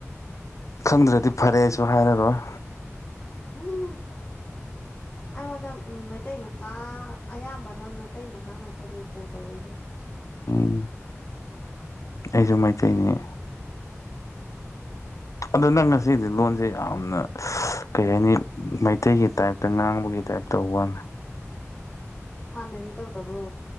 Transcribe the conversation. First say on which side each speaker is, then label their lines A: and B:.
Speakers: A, on the left; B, on the left.
A: ꯈꯪꯗ꯭ꯔꯗꯤ ꯐꯔꯦꯁꯨ ꯍꯥꯏꯔꯔꯣꯏ
B: <unintelligible> ꯑꯩꯉꯣꯟꯗ ꯃꯩꯇꯩ ꯃꯆꯥ ꯑꯌꯥꯝꯕꯅ ꯃꯩꯇꯩ ꯃꯆꯥ ꯉꯥꯠꯇꯅꯦ ꯀꯣꯜ ꯇꯧꯔꯛꯏꯗꯣ
A: ꯎꯝ ꯑꯩꯖꯨ ꯃꯩꯇꯩꯅꯤ ꯑꯗꯣ ꯅꯪ ꯉꯁꯤꯗꯤ ꯂꯣꯟꯁꯦ ꯌꯥꯝꯅ ꯀꯩ ꯍꯥꯏꯅꯤ ꯃꯩꯇꯩꯒꯤ ꯇꯥꯏꯞꯇ ꯉꯥꯡꯕꯒꯤ ꯇꯥꯏꯞ ꯇꯧꯕꯋꯥꯅꯦ
B: ꯍꯥꯟꯅꯗꯤ ꯇꯧꯗꯕ꯭ꯔꯣ